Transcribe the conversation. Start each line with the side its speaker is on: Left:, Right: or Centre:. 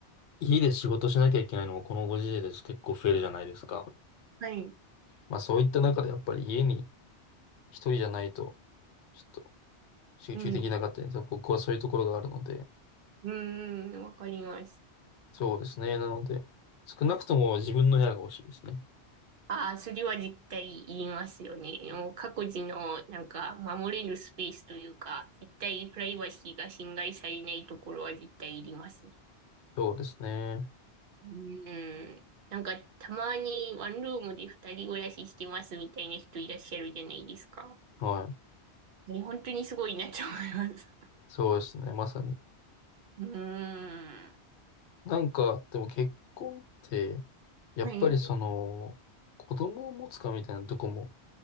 Left: 家で仕事しなきゃいけないのもこのご時世です結構増えるじゃないですか。
Right: はい、
Left: まあそういった中でやっぱり家に一人じゃないと、ちょっと集中できなかったりとか、
Right: うん、う
Left: 僕はそういうところがあるので、
Right: ーん、うんわかります。
Left: そうですね。なので、少なくとも自分の部屋が欲しいですね。
Right: ああそれは絶対言いますよね。もう各自の、なんか、守れるスペースというか、絶対プライバシーが侵害されないところは絶対いりますね。
Left: そうですね。
Right: うん。なんか、たまにワンルームで二人暮らししてますみたいな人いらっしゃるじゃないですか。
Left: はい。
Right: ね、本当にすごいなと思います。
Left: そうですね。まさに。
Right: うーん。
Left: なんか、でも結婚って、やっぱりその、
Right: はい。う
Left: 子供を持つかみたいなとこも